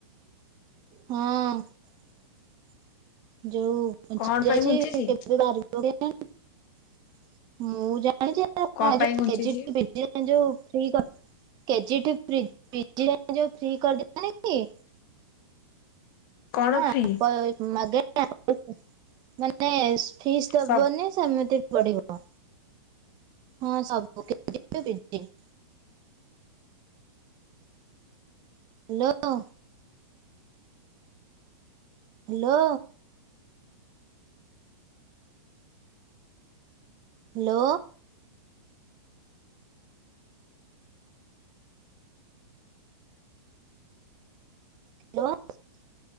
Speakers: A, on the right; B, on the left.
A: ହଁ ଯୋଉ <unintelligible>
B: କଣ ପାଇଁ ଘୁଞ୍ଚିଛି କଣ ପାଇଁ ଘୁଞ୍ଚିଛି
A: <unintelligible> <unintelligible>
B: କଣ
A: <unintelligible>
B: ଫ୍ରି
A: ହଁ ମାନେ ଫିସ୍ ଦବନି
B: ସବୁ
A: ସେମିତି ବି ପଢିବ ହଁ ସବୁ <unintelligible> ହ୍ୟାଲୋ। ହ୍ୟାଲୋ। ହ୍ୟାଲୋ। ହ୍ୟାଲୋ।